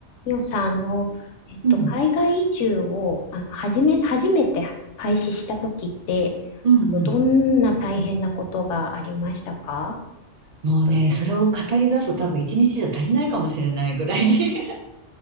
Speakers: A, on the left (about 75°); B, on the right (about 65°).
A: ミオさん、あの、えっと、
B: うん。
A: 海外移住を、あの、初め、初めて開始した時って、
B: うんうん。
A: あの、どんな大変なことがありましたか
B: もうね、それを語り出すと多分一日じゃ足りないかもしれないぐらいに <laughs>